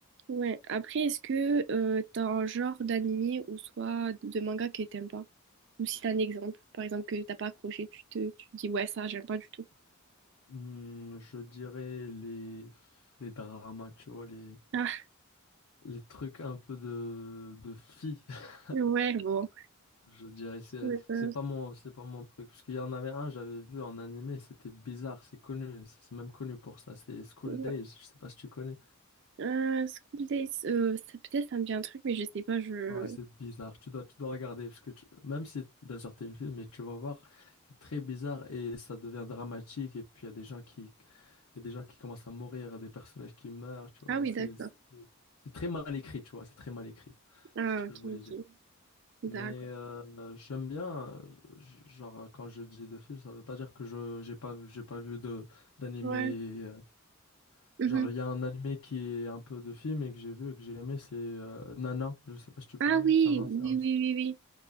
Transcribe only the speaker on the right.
Ouais. Après, est-ce que euh, t'as un genre d'animé ou soit de manga que t'aimes pas? Ou si t'as un exemple, par exemple, que t'as pas accroché, tu te, tu te dis, ouais, ça, j'aime pas du tout.
Ah,
ouais, bon.
Ouais, ça,
ouais.
Euh, School Days, euh, ça- peut-être ça me dit un truc, mais je sais pas, je...
Ah oui,
d'accord.
Ah,
ok,
ok.
D'accord.
Ouais.
Mhm.
Ah oui,
oui, oui, oui, oui.